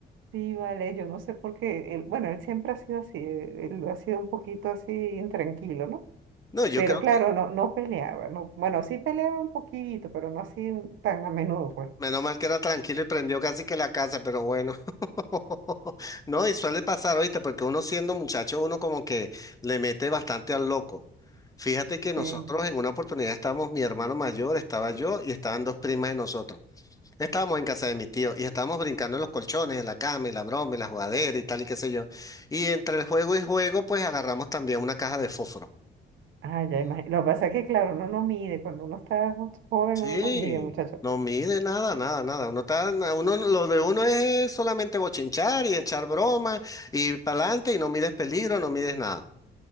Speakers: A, on the right; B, on the left.
A: Sí, vale, yo no sé por qué, él, bueno, él siempre ha sido así, él ha sido un poquito así intranquilo, ¿no?
B: No, yo
A: Pero
B: creo
A: claro,
B: que,
A: no, no peleaba, no, bueno, sí peleaba un poquito, pero no así tan a menudo, pues.
B: menos mal que era tranquilo y prendió casi que la casa, pero bueno. <laughs> No, y suele pasar, ¿oíste? Porque uno siendo muchacho, uno como que le mete bastante al loco. Fíjate que nosotros
A: Sí,
B: en una oportunidad estábamos, mi hermano mayor, estaba yo y estaban dos primas de nosotros. Estábamos en casa de mi tío y estábamos brincando en los colchones, en la cama, y la broma, y la jugadera y tal y qué sé yo. Y entre el juego y juego, pues agarramos también una caja de fósforo.
A: Ah, ya imagino. Lo que pasa es que, claro, uno no mide, cuando uno está jo- joven,
B: Sí,
A: uno no mide, muchacho.
B: no mide nada, nada, nada. Uno está, uno, lo de uno es solamente bochinchar y echar broma y para adelante y no mides peligro, no mides nada.